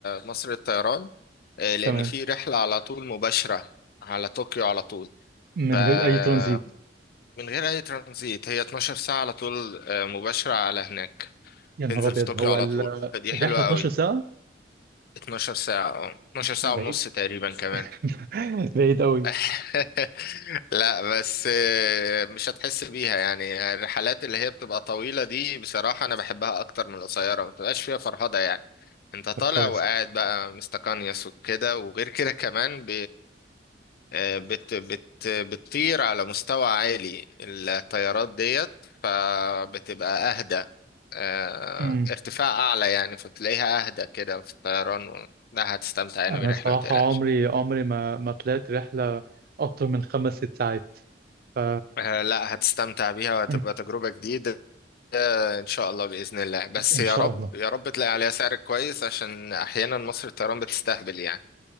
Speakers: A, on the left; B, on the right.
A: مصر الطيران آه، لأن
B: تمام
A: في رحلة على طول مباشرة على طوكيو على طول
B: من
A: فمن
B: غير اي ترانزيت
A: غير أي ترانزيت هي 12 ساعة على طول آه، مباشرة على هناك
B: يا نهار
A: تنزل
B: ابيض
A: في طوكيو
B: هو
A: على
B: ال-
A: طول فدي
B: الرحله
A: حلوة
B: 12
A: قوي
B: ساعه
A: 12 ساعة اه 12 ساعة
B: بعيد
A: ونص تقريبا كمان
B: <laughs> بعيد قوي
A: <laughs> لا بس آه، مش هتحس بيها يعني الرحلات اللي هي بتبقى طويلة دي بصراحة أنا بحبها أكتر من القصيرة ما بتبقاش فيها فرهدة يعني أنت طالع
B: طب كويس
A: وقاعد بقى مستقنيس وكده وغير كده كمان آه، بت بت بتطير على مستوى عالي الطيارات ديت فبتبقى أهدى آه،
B: مم.
A: ارتفاع أعلى يعني فتلاقيها أهدى كده في الطيران و... لا هتستمتع يعني
B: انا
A: بالرحلة
B: الصراحه
A: ما تقلقش
B: عمري عمري ما ما طلعت رحله اكتر من خمس ست ساعات ف
A: آه، لا هتستمتع بيها وهتبقى
B: مم.
A: تجربة جديدة آه، إن شاء الله بإذن الله بس
B: ان
A: يا
B: شاء
A: رب
B: الله
A: يا رب تلاقي عليها سعر كويس عشان أحيانا مصر الطيران بتستهبل يعني